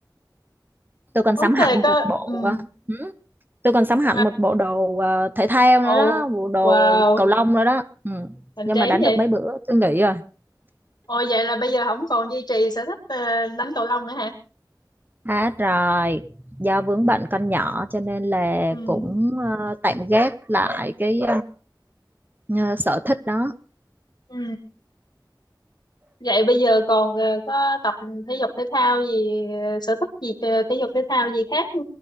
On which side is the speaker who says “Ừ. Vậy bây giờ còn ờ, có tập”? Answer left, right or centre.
Left